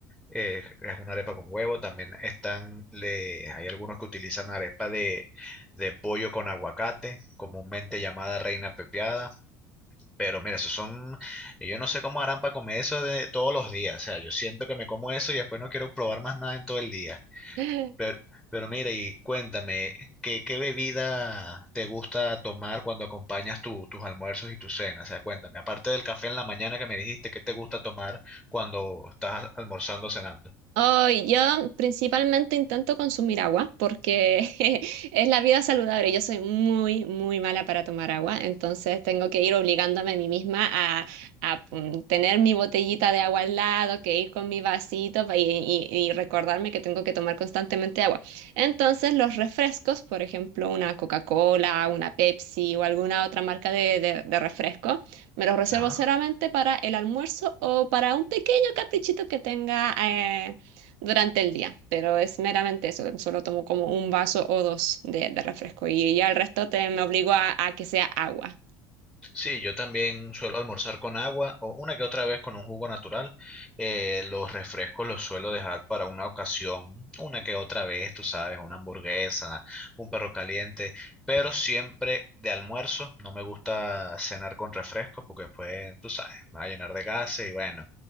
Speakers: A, in the centre; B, on the right.
A: eh, es una arepa con huevo. También están, le, hay algunos que utilizan arepa de, de pollo con aguacate, comúnmente llamada reina pepiada. Pero mira, esos son, yo no sé cómo harán para comer eso de todos los días. O sea, yo siento que me como eso y después no quiero probar más nada en todo el día.
B: <laughs>
A: Pero, pero mira, y cuéntame, ¿qué, qué bebida te gusta tomar cuando acompañas tu- tus almuerzos y tus cenas? O sea, cuéntame, aparte del café en la mañana que me dijiste, ¿qué te gusta tomar cuando estás almorzando o cenando?
B: Hoy yo principalmente intento consumir agua porque <laughs> es la vida saludable. Yo soy muy, muy mala para tomar agua, entonces tengo que ir obligándome a mí misma a, a, mm, tener mi botellita de agua al lado, que ir con mi vasito pa- y, y- y recordarme que tengo que tomar constantemente agua. Entonces los refrescos, por ejemplo, una Coca-Cola, una Pepsi o alguna otra marca de, de de refresco. Me los reservo
A: Ajá.
B: solamente para el almuerzo o para un pequeño caprichito que tenga eh, durante el día, pero es meramente eso, solo tomo como un vaso o dos de, de refresco y ya el resto te, me obligo a, a que sea agua.
A: Sí, yo también suelo almorzar con agua o una que otra vez con un jugo natural. Eh, los refrescos los suelo dejar para una ocasión, una que otra vez, tú sabes, una hamburguesa, un perro caliente, pero siempre de almuerzo. No me gusta cenar con refrescos porque después, tú sabes, me va a llenar de gases y bueno,